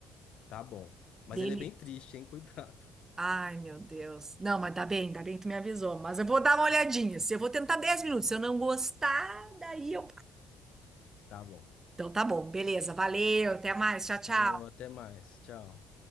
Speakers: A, on the left; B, on the right.
A: Tá bom. Mas
B: Dele.
A: ele é bem triste, hein? <laughs> Cuidado.
B: Ai, meu Deus. Não, mas dá bem, dá bem que tu me avisou, mas eu vou dar uma olhadinha. Se eu vou tentar 10 minutos, se eu não gostar, daí eu.
A: Tá bom.
B: Então tá bom, beleza, valeu, até mais, tchau, tchau.
A: Falou, até mais. Tchau.